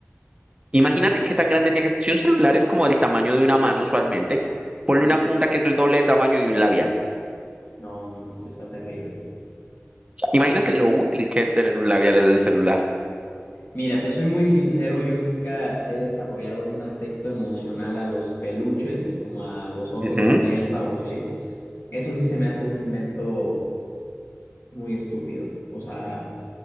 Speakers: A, on the right; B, on the left.
A: Imagínate qué tan grande tiene que ser. Si un celular es como del tamaño de una mano usualmente, ponle
B: Ujú.
A: una funda que es del doble de tamaño de un labial.
B: No, no, no, sí está terrible.
A: Imagínate
B: Te-
A: lo útil que es tener un labial en el celular.
B: Mira, te soy muy sincero, yo nunca he desarrollado un afecto emocional a los peluches, como a los osos
A: Ujú,
B: de felpa o así. Eso sí se me hace un invento muy estúpido. O sea,